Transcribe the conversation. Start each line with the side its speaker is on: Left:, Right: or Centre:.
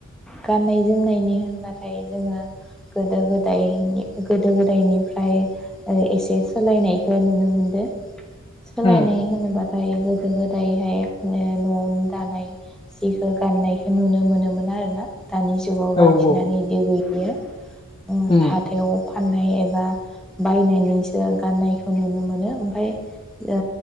Centre: गाननाय-जोमनायनि होनबाथाय जोङो गोदो-गोदायनि गोदो-गोदायनिफ्राय ओ एसे सोलायनायखो नुनो मोनदो सोलायनाय
Left: उम
Centre: होनोबा ओमफाय गोदो गोदायहाय ओ न'आवनो दानाय जिखो गाननायखो नुनो मोनोमोन आरोना दानि जुगाव बांसिनानो
Left: औ औ
Centre: इदि <unintelligible> अम
Left: उम
Centre: हाथायाव फाननाय एबा बायनानैसो गाननायखौ नुनो मोनो ओमफाय ओ